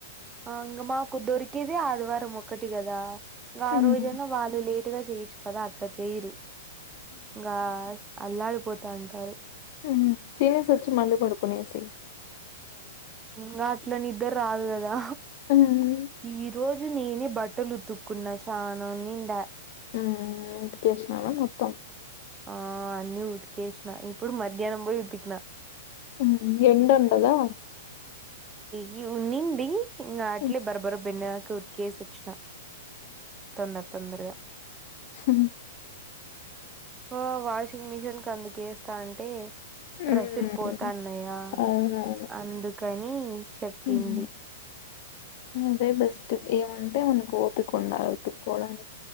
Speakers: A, on the right (about 15°); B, on the left (about 50°).
A: ఆంగా మాకు దొర్ కిధే ఆదివారం ఒక్కటి గాదా గా
B: హ్మ్.
A: రోజన్న వాళ్ళు లేట్ టూగా చేయచ్చు కదా అట్లా చేయరు. గాస్ అల్లాడిపోతా అంటారు.
B: హ్ తినేసి వచ్చి మళ్ళి పడుకొనేేసి
A: హ్ అట్లా నిద్దర రాదు కదా.
B: హ్మ్.
A: ఈ రోజు నేనే బట్టలు ఉతుకున్నా చానా నిండా
B: హ్ ఉతికేసినావా మొత్తం.
A: ఆ అన్ని ఉతికేసిన ఇప్పుడు మధ్యాహ్నం పోయి ఉతికినా.
B: హుహ్ ఎండుండదా.
A: ది ఉన్నింది. ఇంగా అట్లే
B: హ్మ్.
A: బరా బరా బిండినా. ఇంకా ఉత్కేేసి వచ్చినా. తొందర తొందరగా.
B: హ్
A: ఓ వాషింగ్ మిషిన్ కి అందుకేస్తా అంటే
B: హ్మ్.
A: డ్రస్సులు పోతాన్నాయా
B: అవునవును.
A: అందుకని చెప్పింది.
B: హ్మ్. అదే బెస్ట్ ఏమంటే మనకు ఓపిక ఉండాలి ఉతుకోడానికి